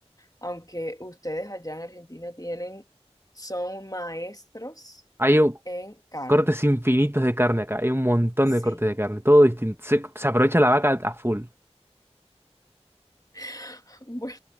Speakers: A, on the left; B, on the right.
A: Aunque ustedes allá en Argentina tienen, son maestros
B: Hay u-
A: en carne.
B: cortes infinitos de carne acá, hay un montón
A: Sí,
B: de cortes de carne, todo distinto. Se, se aprovecha la vaca a full.
A: <laughs> bueno,